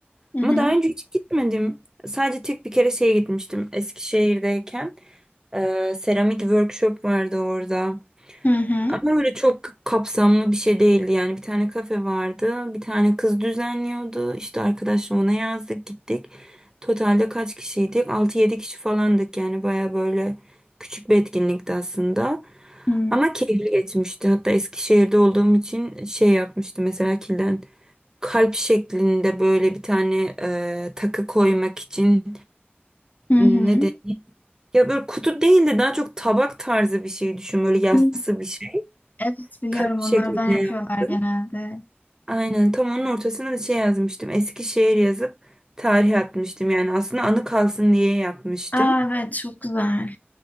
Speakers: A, on the left; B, on the right.
A: Hı hı.
B: Ama daha önce hiç gitmedim. Sadece tek bir kere şeye gitmiştim Eskişehir'deyken. Ee, seramik workshop vardı orada.
A: Hı hı.
B: Ama öyle çok kapsamlı bir şey değildi yani. Bir tane kafe vardı. Bir tane kız düzenliyordu. İşte arkadaşla ona yazdık gittik. Totalde kaç kişiydik? altı yedi kişi falandık yani. Baya böyle küçük bir etkinlikti aslında.
A: Hı
B: Ama keyifli geçmişti. Hatta Eskişehir'de olduğum için şey yapmıştım mesela kilden. Kalp şeklinde böyle bir tane e, takı koymak için
A: hı.
B: ne ya böyle kutu değil de daha çok tabak tarzı bir şey düşün. Böyle yassı
A: Hı hı.
B: bir şey.
A: Evet biliyorum
B: Kalp şeklinde
A: onlardan yapıyorlar
B: yaptım.
A: genelde.
B: Aynen tam onun ortasına da şey yazmıştım. Eskişehir yazıp tarih atmıştım. Yani aslında anı kalsın diye yapmıştım.
A: Aa, evet çok güzel.